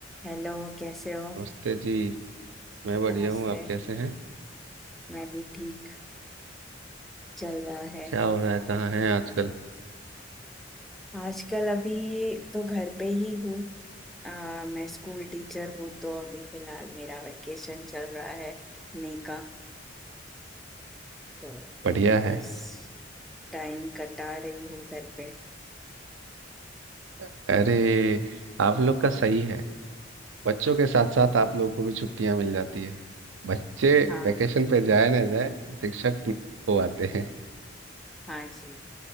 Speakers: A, in the centre; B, on the right.
A: हेलो कैसे हो
B: नमस्ते जी मैं बढ़िया
A: नमस्ते
B: हूँ आप कैसे हैं
A: मैं भी ठीक चल रहा है
B: क्या हो रहा है कहाँ हैं आजकल
A: आजकल अभी तो घर पे ही हूँ आ, मैं स्कूल टीचर हूँ तो अभी फिलहाल मेरा वेकेशन चल रहा है मई का तो
B: बढ़िया है
A: बस टाइम कटा रही हूँ घर पे
B: अरे आप लोग का सही है बच्चों के साथ साथ आप लोगों को भी छुट्टियां मिल जाती है बच्चे
A: हाँ
B: वैकेशन पे जाए ना जाए शिक्षक हो आते हैं
A: हाँ जी